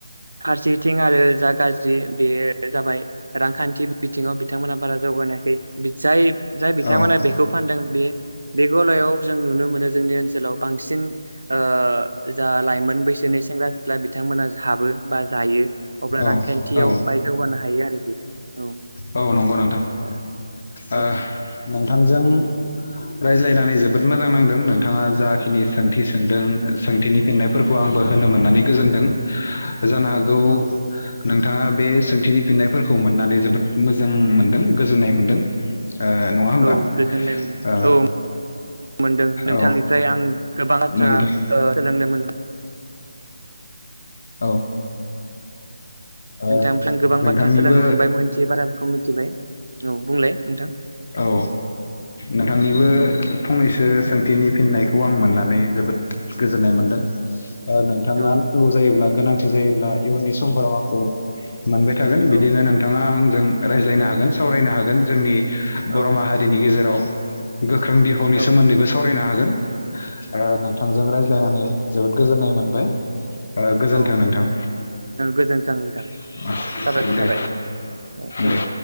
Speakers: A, on the right; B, on the left.
A: फार सेथिं आरो जा गाज्रि बेयो जाबाय रांखान्थि बिथिङाव बिथांमोना बारा जौगानो हायाखै जाय जाय बिथांमोना
B: औ
A: बेखौ फानदों बे बे गलायाव जों नुनो मोनो जोंनि ओनसोलाव बांसिन ओ जा लाइमोन बैसोनि सेंग्रा सि ख्ला बिथांमोना हाबो बा जायो अब्ला
B: औ
A: रांखान्थियाव
B: औ
A: बाय जौगानो हायो आरोखि औ
B: औ नंगौ नोंथां
A: ओ औ
B: ओ नोंथांजों रायज्लायनानै जोबोद मोजां नांदों नोंथाङा जाखिनि सोंथि सोंदों सोंथिनि फिननायफोरखौ
A: औ
B: आंबो होनो मोननानै गोजोनदों जानो हागौ
A: औ
B: नोंथाङा बे सोंथिनि फिननायफोरखौ मोननानै जोबोद मोजां मोनदों गोजोननाय मोनदों ओ नङा होमबा
A: औ गोजोननाय मोन
B: ओ
A: औ मोनदों नोंथांनिफ्राय
B: औ
A: आं गोबां बाथ्रा
B: नोंथां
A: ओ सोलोंनो मोन <inaudible>
B: औ ओ
A: नोंथांनिफ्राय आं गोबां
B: नोंथांनिबो
A: बाथ्रा सोलोंनो मोनबाय मोनथियै बाराफोरखौ मिथिबाय औ बुंलाय नोंथां
B: औ नोंथांनिबो फंनैसो सोंथिनि फिननायखौ आं मोननानै जोबोद गोजोननाय मोनदों नोंथाङा
A: औ
B: नांगौ जायोब्ला गोनांथि जायोब्ला इयुननि समफोराव आंखौ मोनबाय थागोन बिदिनो
A: औ
B: नोंथाङा आंजों रायज्लायनो हागोन सावरायनो हागोन जोंनि बर'
A: औ
B: माहारिनि गेजेराव गोख्रों बिफावनि
A: औ
B: सोमोन्दैबो सावरायना हागोन। ओ नोंथांजों रायज लायनानै जोबोद गोजोन्नाय मोनबाय। ओ गोजोनथों
A: औ
B: नोंथां
A: गोजोन्थों नोंथां
B: <inaudible>
A: साबायखर
B: दे
A: थाबाय थेंकिउ
B: दे।